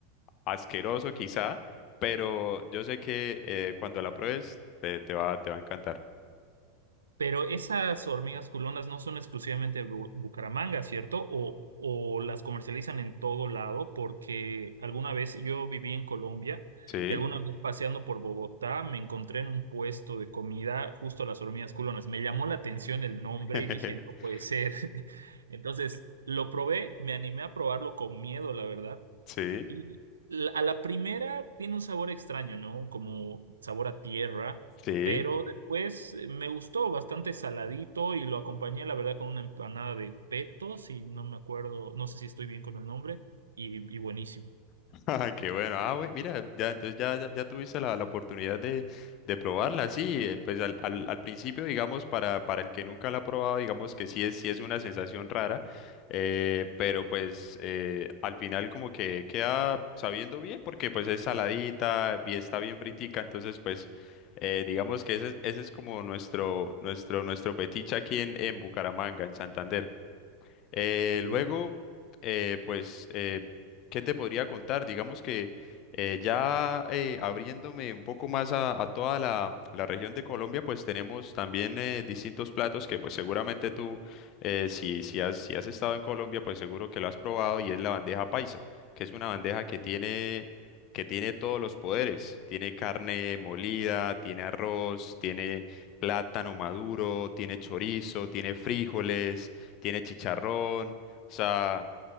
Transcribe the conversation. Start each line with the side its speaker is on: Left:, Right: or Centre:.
Left: asqueroso quizá, pero yo sé que eh, cuando la pruebes te, te va, te va a encantar.
Right: Pero esas hormigas culonas no son exclusivamente de Bu- Bucaramanga, ¿cierto? O, o las comercializan en todo lado, porque alguna vez yo viví en Colombia
Left: Sí,
Right: y alguna vez paseando por Bogotá me encontré en un puesto de comida justo las hormigas culonas. Me llamó la atención el nombre
Left: <laughs>
Right: y dije, no puede ser. <laughs> Entonces lo probé, me animé a probarlo con miedo, la verdad
Left: sí,
Right: y la- a la primera tiene un sabor extraño, ¿no? Como sabor a tierra,
Left: sí.
Right: pero después eh, me gustó bastante saladito y lo acompañé, la verdad, con una empanada de peto, si no me acuerdo, no sé si estoy bien con el nombre, y, y buenísimo.
Left: <laughs> Ah, qué bueno. Ah, güey, mira, ya entonces ya, ya, ya tuviste la, la oportunidad de, de probarla, sí. eh, Pues al, al, al principio, digamos, para, para el que nunca la ha probado, digamos que sí es, sí es una sensación rara, eh, pero pues eh, al final como que queda sabiendo bien, porque pues es saladita, bien, está bien fritica, entonces pues eh, digamos que ese, es- ese es como nuestro, nuestro, nuestro fetiche aquí en, en Bucaramanga, en Santander. Eh,
Right: Sí.
Left: luego, eh, pues, eh, ¿qué te podría contar? Digamos que eh, ya eh, abriéndome un poco más a, a toda la, la región de Colombia, pues tenemos también eh, distintos platos que pues seguramente tú, eh, si, si has, si has estado en Colombia, pues seguro que lo has probado y es la bandeja paisa, que es una bandeja que tiene, que tiene todos los poderes. Tiene carne molida, tiene arroz, tiene plátano maduro, tiene chorizo, tiene frijoles tiene chicharrón, o sea,